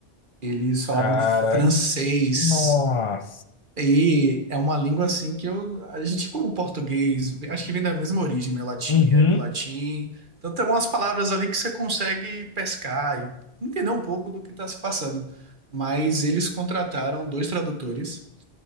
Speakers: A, on the right (about 50°); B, on the left (about 35°).
A: Eles falavam
B: Cara,
A: francês.
B: nossa.
A: E é uma língua assim que eu, a gente como português, acho que vem da mesma origem, né? Latim,
B: Uhum,
A: é do latim. Então tem algumas palavras ali que você consegue pescar e entender um pouco do que está se passando. Mas eles contrataram dois tradutores,